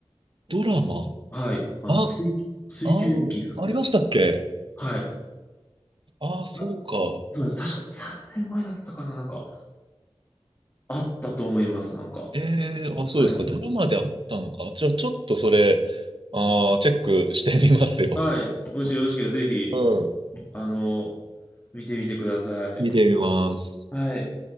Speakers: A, on the right; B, on the left.
A: ドラマ
B: あの、はい。あの、
A: あ、
B: 水、水球ヤンキースってやつ。
A: あー、ありましたっけ
B: はい。
A: ああー、そうか。
B: なそうなんです。確か3年前だったかな。なんか、あったと思います。なんか。
A: ええあ、そうですか。
B: はい。
A: ドラマであったのか。じゃあ、ちょっとそれ、あーチェックしてみますよ。
B: はい。もしよろしければぜひ、
A: うん。
B: あの、見てみてください。
A: 見てみます。
B: はい。